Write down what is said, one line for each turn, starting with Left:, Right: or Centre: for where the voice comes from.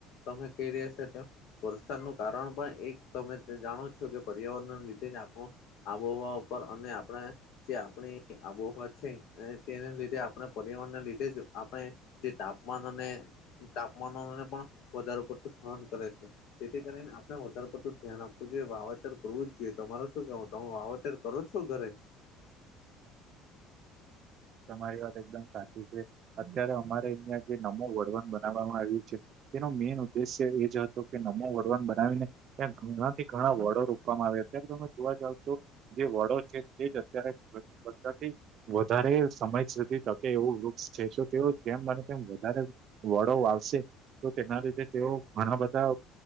Left: તમે કઈ રહ્યા છ તેમ વરસાદ નું કારણ પણ એક તમે જાણો છો કે પર્યાવરણ લીધે જ આપ આબોહવા ઉપર અને આપણે જે આપણી આબોહવા છે અને તેને લીધે આપણા પરિવારણને લીધે જ આપણે તે તાપમાન અને તાપમાનોને પણ વધાર પડતું સહન કરે છે તેથી કરીને વધારે પડતું ધ્યાન આપવું જોઈએ વાવેતર કરવું જ જોઈએ. તમારે શું કેવું તમે વાવેતર કરો છો ઘરે?
Right: તમારી વાત એકદમ સાચી છે અત્યારે અમારે અહિયાં જે નમું વળવન બનાવવામાં આવ્યું છે. તેનો મેન ઉદેશ્ય એ જ હતો કે નાન વડવન બનાવીને ત્યાં ઘણાથી ઘણા વડો રોકવામાં આવે અત્યારે તમે જોવા જાવ છો. જે વડો છે તે જ અત્યારે બધાથી વધારે સમય સુધી ટકે એવું વૃક્ષ છે. તો તેઓ જે અનેને તેમ વધારે વડો આવશે. તો તેના લીધે તેઓ ઘણા બધા